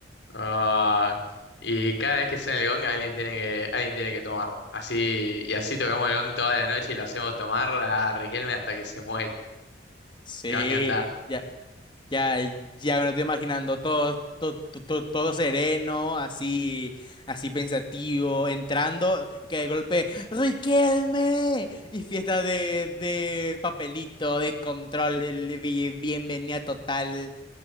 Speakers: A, on the left; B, on the left.
A: Ah, y cada vez que suena el gong, alguien tiene que, alguien tiene que tomar. Así, y así tocamos el gong toda la noche y lo hacemos tomar a Riquelme hasta que se muere.
B: Sí,
A: Le va a encantar.
B: ya. Ya, ya me lo estoy imaginando todo, todo, todo, todo sereno, así, así pensativo, entrando, y que de golpe, ¡Riquelme! Y fiesta de, de papelito, de control, el bi- bienvenida total.